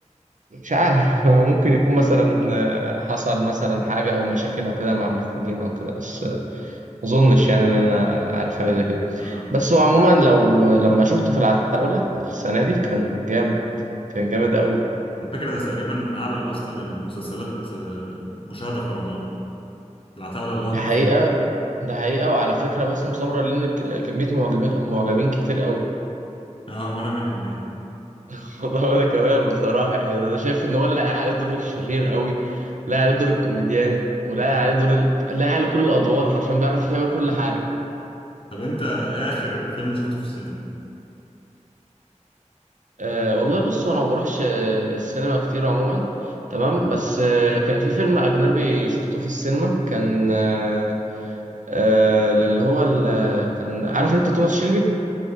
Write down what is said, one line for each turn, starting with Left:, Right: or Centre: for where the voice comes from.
Right: مش عارف <laughs> ممكن يكون مثلا آه، حصل مثلا حاجة او مشاكل او كده مع المخرجين او كده بس آه، ما اظنش يعني ان انا عارف حاجة زي كده
Left: أه
Right: بس هو عموما لو لما شفته في العتاولة السنة دي كان جامد كان جامد قوي
Left: على فكرة ده تقريبا من أعلى أصلا المسلسلات آه، مشاهدة في رمضان العتاولة اللي هو
Right: ده
Left: كان
Right: حقيقة
Left: فيه
Right: ده حقيقة وعلى فكرة باسم سمرة ليه ك- كمية معجبين معجبين كتير قوي
Left: أه وأنا منهم يعني
Right: <laughs> والله وأنا كمان بصراحة يعني أنا شايف إن هو لاقي عليه دور الشرير قوي لاقي عليه دور الكوميدياني ولاقي عليه دور ال... لاقي عليه كل الأدوار حرفيا بيعرف يعمل كل
Left: <laughs>
Right: حاجة
Left: طب أنت إيه آخر فيلم شفته في السينما؟
Right: أه والله بص أنا ما بروحش آه، السينما كتير عموما تمام بس آه، كان في فيلم أجنبي شفته في السينما كان آه، آه، اللي هو ال- كان عارف أنت توماس شيلبي؟